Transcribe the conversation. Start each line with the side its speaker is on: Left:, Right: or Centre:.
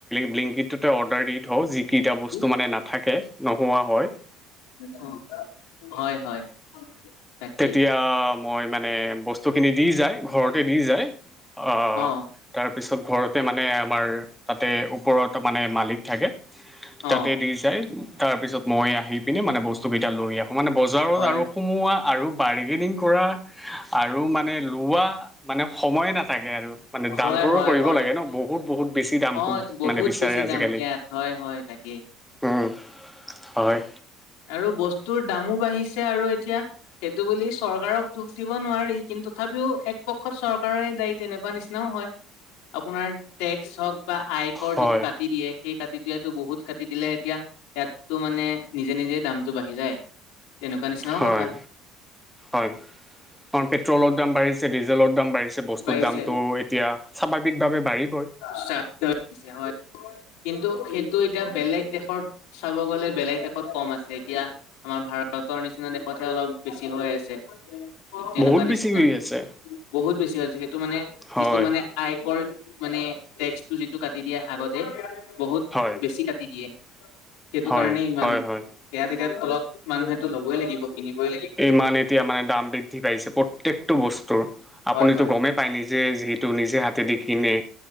Centre: ব্লিংকিটটোতে অৰ্ডাৰ দি থওঁ যিকেইটা বস্তু
Left: কি
Centre: মানে নাথাকে নোহোৱা হয়
Left: উম, হয়, হয়। তাকেই
Centre: তেতিয়া মই মানে বস্তুখিনি দি যায় ঘৰত দি যায়, আ,
Left: অ
Centre: তাৰপিছত ঘৰত তে, মানে আমাৰ তাতে ওপৰত মানে মালিক থাকে।
Left: অ
Centre: তাতে দি যায়, তাৰপিছত মই আহি পিনে মানে বস্তুকেইটা লৈ আহোঁ, মানে বজাৰত
Left: হয়
Centre: আৰু সোমোৱা আৰু বাৰ্গেনিং কৰা, আৰু মানে লোৱা, মানে সময়ে নাথাকে আৰু মানে দামদৰো
Left: হয় হয়
Centre: কৰিব
Left: হয়
Centre: লাগে ন? বহুত, বহুত বেছি দাম
Left: অ বহুত
Centre: মানে বিচাৰে
Left: বেছি
Centre: আজিকালি।
Left: দাম ইয়াত হয় হয় তাকেই
Centre: উম, হয়।
Left: আৰু বস্তুৰ দামো বাঢ়িছে, আৰু এতিয়া সেইটো বুলি চৰকাৰক দুখ দিব নোৱাৰি, কিন্তু তথাপিও একপক্ষত চৰকাৰে দায়ী তেনেকুৱা নিচিনাও হয়। আপোনাৰ টেক্স হওঁক বা আইকৰ
Centre: হয়
Left: যিটো কাটি দিয়ে সেই কাটি দিয়াটো বহুত কাটি দিলে এতিয়া ইয়াতটো মানে নিজে, নিজে দামটো বাঢ়ি যায়, তেনেকুৱা নিচিনাও
Centre: হয়
Left: কথা।
Centre: হয়। পেট্ৰলৰ দাম বাঢ়িছে, ডিজেলৰ দাম বাঢ়িছে, বস্তুৰ
Left: বাঢ়িছে
Centre: দামটো এতিয়া স্বাভাৱিক ভাৱে বাঢ়িবই।
Left: <inaudible> হয়, কিন্তু সেইটো এতিয়া বেলেগ দেশৰ চাব গ'লে বেলেগ দেশ কম আছে, এতিয়া আমাৰ ভাৰতৰ নিচিনা দেশতহে অলপ বেছিহৈ আছে। তেনেকুৱা
Centre: বহুত
Left: নিচিনা
Centre: বেছিহৈ আছে।
Left: বহুত বেছিহৈ <unintelligible> যিহেতু মানে যিটো
Centre: হয়
Left: মানে, আয়কৰ মানে টেক্সটো যিটো কাটি দিয়া আগতে, বহুত
Centre: হয়
Left: বেছি কাটি দিয়ে। সেইটো
Centre: হয়
Left: কাৰণে ইমান
Centre: হয় হয়
Left: ইয়াত এতিয়া তলত মানুহেটো লবই লাগিব। কিনিবই লাগিব
Centre: ইমান এতিয়া মানে দাম বৃদ্ধি পাইছে প্ৰত্যেকটো বস্তুৰ, আপুনিতো
Left: হয় হয়
Centre: গমেই পায় নিজে যিহে টো, নিজে হাতেদি কিনে।